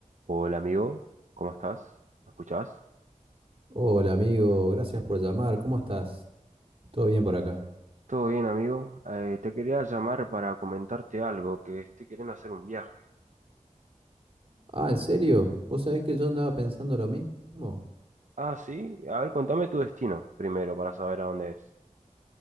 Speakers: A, on the right; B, on the right.
A: Hola amigo, ¿cómo estás? ¿Me escuchás?
B: Hola amigo, gracias por llamar, ¿cómo estás? ¿Todo bien por acá?
A: Todo bien amigo, Eh, te quería llamar para comentarte algo, que estoy queriendo hacer un viaje.
B: Ah, ¿en serio? ¿Vos sabés
A: Sí.
B: que yo andaba pensando lo mismo?
A: Ah, sí, a ver, contame tu destino primero para saber a dónde es.